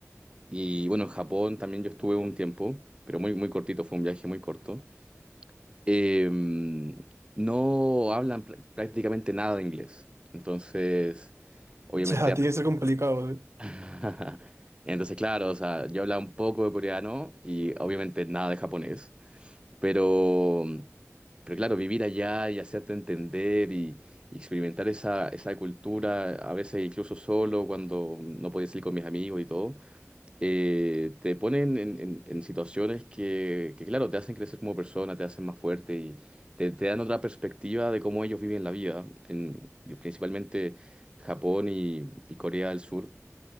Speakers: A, on the right; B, on the right.
A: Y bueno, en Japón también yo estuve un tiempo, pero muy, muy cortito, fue un viaje muy corto. Eh, no hablan pr- prácticamente nada de inglés. Entonces, obviamente...
B: Ya, tiene que ser complicado, ¿eh?
A: <laughs> Entonces, claro, o sea, yo hablaba un poco de coreano y obviamente nada de japonés. Pero, pero claro, vivir allá y hacerte entender y, y experimentar esa, esa cultura, a veces incluso solo, cuando no podía salir con mis amigos y todo eh, te ponen en, en- en situaciones que, que, claro, te hacen crecer como persona, te hacen más fuerte y te, te dan otra perspectiva de cómo ellos viven la vida. En, principalmente Japón y, y Corea del Sur